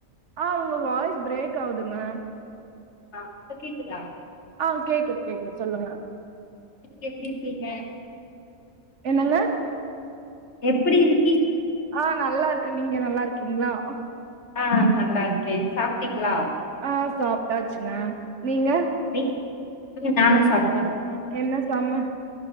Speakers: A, on the right; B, on the left.
A: ஆ உங்க வாய்ஸ் பிரேக் ஆவுதுங்க
B: ஆ இப்ப கேக்குதா
A: ஆ கேக்குது கேக்குது சொல்லுங்க
B: நீங்க எப்பிடி இருக்கீங்க
A: என்னங்க
B: எப்பிடி இருக்
A: ஆ நல்லா இருக்கே நீங்க நல்லா இருக் கிங்ளா
B: ஆ நல்லா இருக்கே சாப்ட்டீங்களா
A: ஆ சாப்ட்டாச்சுங்க நீங்க
B: நீ நானு சாப்
A: என்ன சம